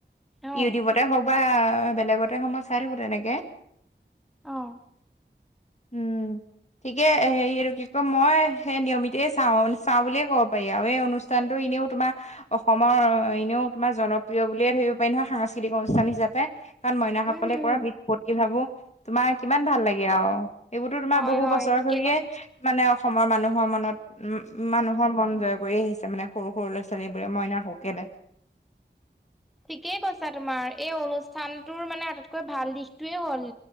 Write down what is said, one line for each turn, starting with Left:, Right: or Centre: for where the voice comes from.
Centre: অ',
Left: ইউটিউবতে হওঁক বা বেলেগতে হওঁক মই চাই থাকোঁ তেনেকে।
Centre: অহ।
Left: উম। গতিকে হেৰি এইটো কি কয়। মই সেই নিয়মিতেয় চাওঁ, চাওঁ বুলিয়ে ক'ব পাৰি আৰু এই অনুষ্ঠানটো এনেও তোমাৰ অসমৰ এনেও তোমাৰ জনপ্ৰিয় বুলিয়ে ধৰিব পাৰি নহয় সাংস্কৃতিক অনুষ্ঠান হিচাপে। কাৰণ মইনাসকলে
Centre: উম, উম,
Left: কৰা বিত প্ৰতিভাবোৰ তোমাৰ কিমান ভাল লাগে আৰু এইবোৰতো তোমাৰ
Centre: হয়,
Left: বহু
Centre: হয়,
Left: বছৰ
Centre: ঠিকেই
Left: ধৰিয়ে
Centre: কৈছা।
Left: মানে অসমৰ মানুহৰ মনত উম, মানুহৰ মন
Centre: উম,
Left: জয় কৰি আহিছে মানে সৰু-সৰু ল'ৰা-ছো ছোৱালীবোৰে মইনাসকলে।
Centre: ঠিকেই কৈছা তোমাৰ, এই অনুষ্ঠানটোৰ মানে আটাইতকৈ ভাল দিশটোৱে হ'ল।